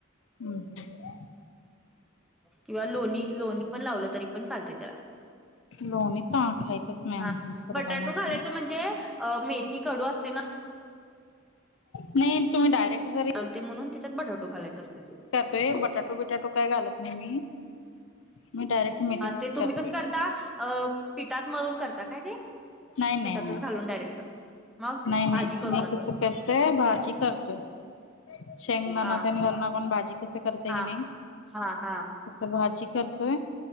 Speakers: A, on the left; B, in the centre.
A: हम् हम्
B: किंवा लोणी लोणी पण लावलं तरी पण चालतेय त्याला
A: लोणी का खायचच नाही
B: हा
A: आम पोरगा
B: बटाटू
A: माझा
B: घालायचं म्हणजे अ मेथी कडू असते ना <inaudible>
A: नाही तुम्ही डायरेक्ट जरी
B: चलते म्हणून त्याच्यात बटाटू घालायचा असतो त्यो.
A: ते बटाटू बिटाटू काय घालत नाही मी मी डायरेक्ट मेथीचच
B: हा ते तुम्ही
A: करतोय
B: कसं करता अ पिठात मळून करता काय ते?
A: नाही
B: पिठातच
A: नाही नाही
B: घालून डायरेक्ट मग
A: नाही
B: भाजी
A: नाही
B: करूनच
A: मी कसं करते भाजी करतोय शेंगणाना
B: हा
A: त्या <unintelligible> पण भाजी कसं करतेय
B: हा
A: की नाही
B: हा हा
A: तस भाजी करतोय